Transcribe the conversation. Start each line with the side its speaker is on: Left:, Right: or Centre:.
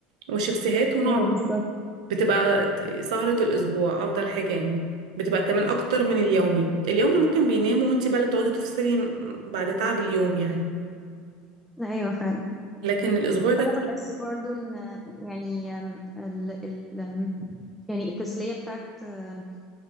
Right: وشيبسيهات ونقعد
Centre: ايوه بالظبط
Right: بتبقى ت- سهره الاسبوع افضل حاجه يعني بتبقى كمان اكتر من اليومي اليومي ممكن بيناموا وانت بقى اللي بتقعدي تفصلي بعد تعب اليوم يعني
Centre: ايوه فعلا
Right: لكن الاسبوع ده
Centre: فانا بحس برضو ان يعني أم، ال ال أم، يعني التسليه بتاعت أم،